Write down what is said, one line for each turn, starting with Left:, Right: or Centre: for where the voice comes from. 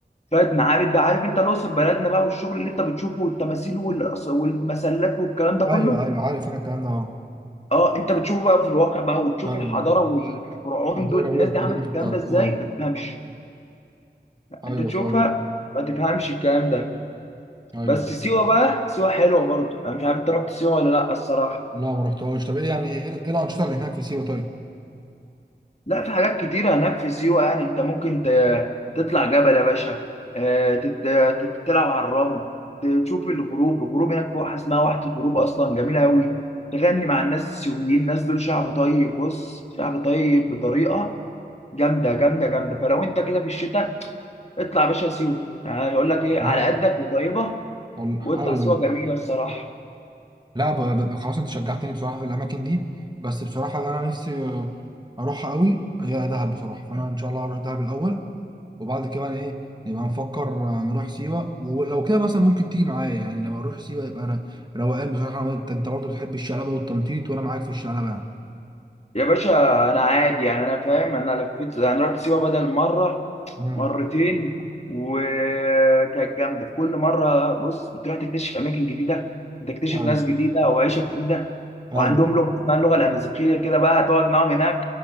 Left: شوية معابد بقى عارف أنت الأقصر بلدنا بقى والشغل اللي أنت بتشوفه والتماثيل والأص- والمسلات والكلام ده كله
Right: ايوه ايوه عارف انا الكلام ده اه
Left: أه أنت بتشوفه بقى في الواقع بقى وتشوف
Right: ايوه
Left: الحضارة
Right: ايوه
Left: والفرعون
Right: الحضارة
Left: دول
Right: بقى
Left: الناس
Right: والتاريخ
Left: دي عملت الكلام
Right: بتاعت
Left: ده إزاي
Right: اه
Left: ما تفهمش
Right: ايوه
Left: انت تشوفها
Right: صح
Left: ما تفهمش الكلام ده
Right: ايوه
Left: بس سيوه بقى سيوه حلوه برضه انا مش عارف انت رحت سيوه ولا لا الصراحه
Right: لا ما رحتهاش طب ايه يعني ايه إيه الانشطة اللي هناك في سيوة طيب؟
Left: لا في حاجات كتيره هناك في سيوه يعني انت ممكن ت- تطلع جبل يا باشا آه، تت- تت- تلعب على الرمل تشوف الغروب الغروب هناك في واحه اسمها واحه الغروب اصلا جميله قوي تغني مع الناس السيويين الناس دول شعب طيب بص شعب طيب بطريقه جامده جامده جامده فلو انت كده في الشتاء اطلع يا باشا سيوه يعني يقول لك ايه
Right: نعم
Left: على قدك وقريبه
Right: والله
Left: واطلع
Right: ايوه
Left: سيوه جميله الصراحه
Right: لا ب- ب- خلاص انت شجعتني بصراحه في الاماكن دي بس بصراحه اللي انا نفسي آه، اروحها قوي هي دهب بصراحه فانا ان شاء الله هروح دهب الاول وبعد كده بقى ايه نبقى نفكر آه، نروح سيوه ولو كده مثلا ممكن تيجي معايا يعني لو هنروح سيوه يبقى ر- روقان بصراحه أنا وانت انت برضه بتحب الشلبه والتنطيط وانا معاك في الشلبه يعني
Left: يا باشا انا عادي يعني انا فاهم انا لفيت يعني رحت سيوه بدل مره
Right: امم
Left: مرتين وكانت جامده في كل مره بص بتروح تكتشف اماكن جديده بتكتشف
Right: ايوه
Left: ناس جديده وعيشه جديده
Right: ايوه
Left: وعندهم لغه اسمها اللغه الامازيغيه كده بقى هتقعد معاهم هناك